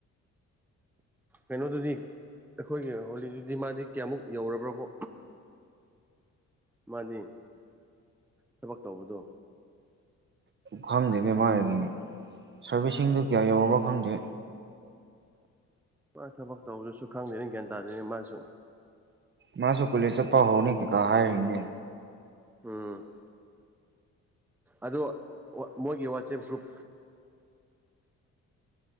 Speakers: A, in the centre; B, on the right.
A: ꯀꯩꯅꯣꯗꯨꯗꯤ ꯑꯩꯈꯣꯏꯒꯤ ꯍꯣꯂꯤꯗꯨꯗꯤ ꯃꯥꯗꯤ ꯀꯌꯥꯃꯨꯛ ꯌꯧꯔꯕ꯭ꯔꯀꯣ ꯃꯥꯅꯦ ꯊꯕꯛ ꯇꯧꯕꯗꯣ
B: ꯈꯪꯗꯦꯅꯦ ꯃꯥꯒꯤ ꯁꯥꯔꯕꯤꯁꯤꯡꯗꯨ ꯀꯌꯥ ꯌꯧꯔꯕ ꯈꯪꯗꯦ
A: ꯃꯥꯣꯏ ꯊꯕꯛ ꯇꯧꯕꯗꯨꯁꯨ ꯈꯪꯗꯦꯅꯦ ꯒ꯭ꯌꯥꯟ ꯇꯥꯗꯣꯏꯅꯦ ꯃꯥꯁꯨ
B: ꯃꯥꯁꯨ ꯀꯨꯂꯦꯖ ꯆꯠꯄ ꯍꯧꯔꯅꯤ ꯀꯩꯀꯥ ꯍꯥꯏꯔꯤꯅꯦ
A: ꯎꯝ ꯑꯗꯣ ꯃꯣꯏꯒꯤ ꯋꯥꯆꯦꯞ ꯒ꯭ꯔꯨꯞ